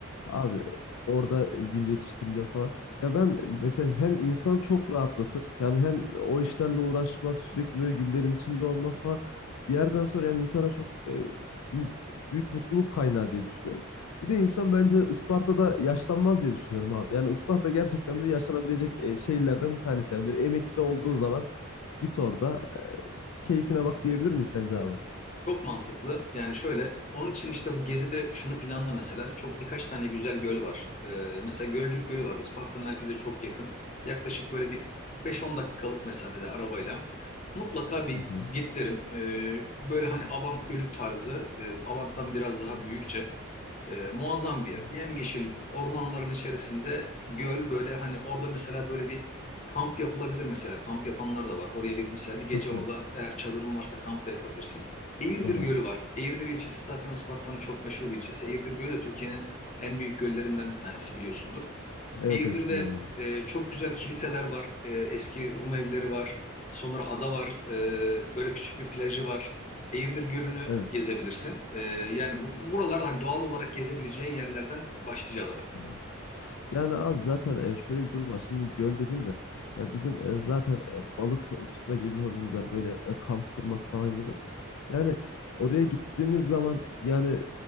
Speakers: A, on the left; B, on the left.
A: Abi orada gül yetiştiriliyor falan. Ya ben mesela hem insan çok rahatlatır. Yani hem o işlerle uğraşmak, sürekli böyle güllerin içinde olmak falan. Bir yerden sonra yani insana çok e, bu- büyük mutluluk kaynağı diye düşünüyorum. Bir de insan bence Isparta'da yaşlanmaz diye düşünüyorum abi. Yani Isparta gerçekten böyle yaşanabilecek e, şehirlerden bir tanesi. Yani böyle emekli olduğun zaman git orada keyfine bak diyebilir miyiz sence abi?
B: Çok mantıklı. Yani şöyle, onun için işte bu gezide şunu planla mesela. Çok birkaç tane güzel göl var. Ee, mesela Gölcük Gölü var. Isparta merkeze çok yakın. Yaklaşık böyle bir 5-10 dakikalık mesafede arabayla. Mutlaka bir
A: Hı hı.
B: git derim. Ee, böyle hani Abant Gölü tarzı, e, Abant'tan biraz daha büyükçe. E, muazzam bir yer.
A: Hı hı.
B: Yemyeşil ormanların içerisinde göl böyle hani orada mesela böyle bir kamp yapılabilir mesela. Kamp yapanlar da var. Oraya bir mesela bir gece
A: Çok güzel.
B: orada eğer çadırın varsa kamp da yapabilirsin. Eğirdir
A: Var
B: Gölü
A: abi.
B: var. Eğirdir ilçesi zaten Isparta'nın çok meşhur bir ilçesi. Eğirdir Gölü de Türkiye'nin en büyük göllerinden bir tanesi biliyorsundur.
A: Evet
B: Eğirdir'de
A: evet biliyorum abi.
B: e, çok güzel kiliseler var. E, eski Rum evleri var. Sonra ada var. E, böyle küçük bir plajı var. Eğirdir Gölü'nü
A: Evet.
B: gezebilirsin. E, yani bu, bu buralar hani doğal olarak gezebileceğin yerlerden başlıcaları.
A: Anladım. Yani abi zaten e, şöyle bir durum var. Şimdi göl dedin de ya bizim e, zaten e, balık tutma gibi bir hobimiz var. Böyle e, kamp kurmak falan gibi. Yani oraya gittiğimiz zaman yani